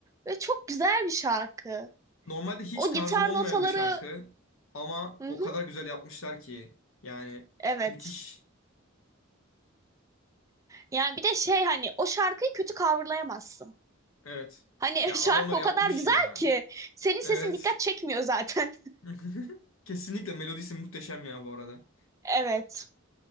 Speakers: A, on the right; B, on the left.
A: ve çok güzel bir şarkı.
B: Normalde hiç
A: O
B: tarzım
A: gitar
B: olmayan
A: notaları,
B: bir şarkı ama
A: hı
B: o
A: hı,
B: kadar güzel yapmışlar ki yani
A: evet.
B: müthiş.
A: Yani bir de şey hani o şarkıyı kötü coverlayamazsın.
B: Evet.
A: Hani
B: Ya
A: <laughs>
B: adamlar
A: şarkı
B: yapmış
A: o kadar güzel
B: ya.
A: ki senin sesin
B: Evet.
A: dikkat çekmiyor zaten. <laughs>
B: <laughs> Kesinlikle melodisi muhteşem ya bu arada.
A: Evet,